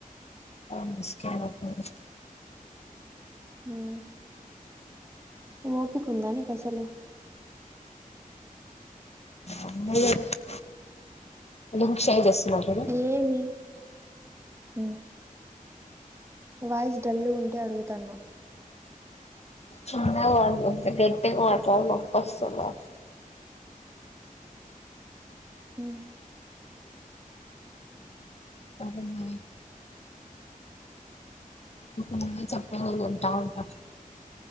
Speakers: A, on the left (about 45°); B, on the right (about 15°).
A: <unintelligible>
B: ఊ ఓపికుందా నీకసలు
A: <unintelligible> లింక్ షేర్ చేస్తున్నా చూడు
B: ఏమీ ఊ వాయిస్ డల్లుగుంటే అడుగుతాన్న
A: చిన్నగ మాట్లాడతా గట్టిగ మాట్లాడి నొప్పొస్తాందా
B: ఉ
A: అవున ఓకె నువ్వే చెప్పు వింటా ఉంటా